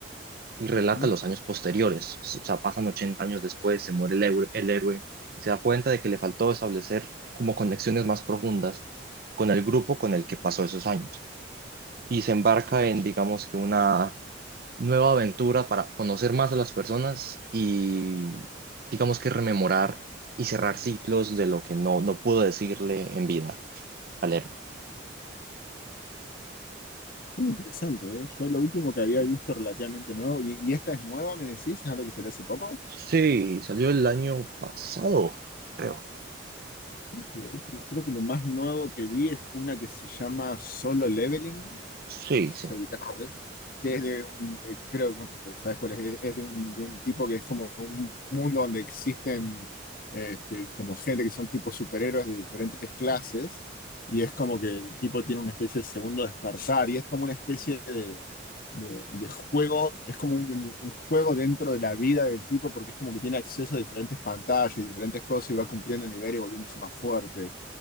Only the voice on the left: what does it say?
Mm,
Interesante, ¿eh? Yo lo último que había visto relativamente nuevo, y, y esta es nueva, me decís, es algo que salió hace poco.
Lo último- Creo que lo más nuevo que vi es una que se llama Solo Leveling,
no sé
si ubicás cuál es, que es de un, de- creo que bueno, sabes cuál es, es es de un, de un tipo que es como un mundo donde existen eh, este, como gente que son tipo superhéroes de diferentes clases, y es como que el tipo tiene una especie de segundo despertar, y es como una especie de, de juego, es como un, un juego dentro de la vida del tipo porque es como que tiene acceso a diferentes pantallas y diferentes cosas y va cumpliendo niveles y volviéndose más fuerte.